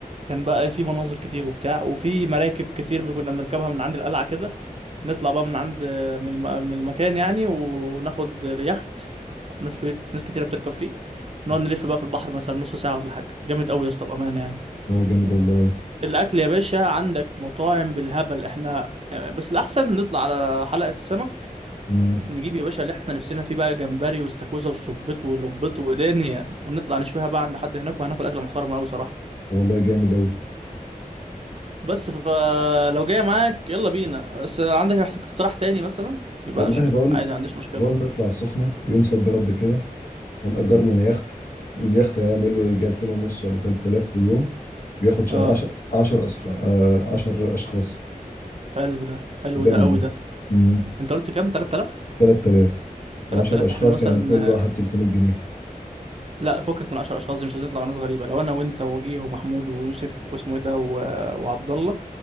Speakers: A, on the right; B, on the left.
A: كان بقى في مناظر كتير وبتاع وفي مراكب كتير كنا بنركبها من عند القلعه كده نطلع بقى من عند من الم- من المكان يعني وناخد يخت ناس كبير ناس كتيره بتركب فيه نقعد
B: اه
A: نلف بقى في البحر مثلا نص ساعه ولا حاجه جامد قوي يا اسطى بامانه يعني
B: جامد والله
A: الاكل يا باشا عندك مطاعم بالهبل احنا بس الاحسن نطلع على حلقة السمك
B: امم
A: نجيب يا باشا اللي احنا نفسنا فيه بقى جمبري واستاكوزا وصبيط ولبيط ودنيا ونطلع نشويها بقى عند حد هناك وهناكل اكله محترمه قوي صراحه
B: طب والله جامد أوي
A: بس فلو جاي معاك يلا بينا بس لو عندك اقتراح تاني مثلا يبقى
B: والله
A: قشطه
B: أنا بقول
A: عادي ما عنديش مشكله
B: بقول نطلع السخنة يوم صد رد كده هنأجر لنا يخت اليخت هيعمل له يجي 2000 ونص ولا 3000 في اليوم بياخد
A: اه
B: 10 10 10 أشخاص
A: حلو ده حلو
B: جامد
A: ده قوي
B: ده
A: ده
B: امم
A: انت قلت كام 3000
B: 3000
A: 3000
B: و10 أشخاص
A: احنا مثلا
B: يعني كل واحد 300 جنيه
A: لا فكك من 10 اشخاص دي مش لازم نطلع مع ناس غريبه لو انا وانت ووجيه ومحمود ويوسف واسمه ايه ده و... وعبد الله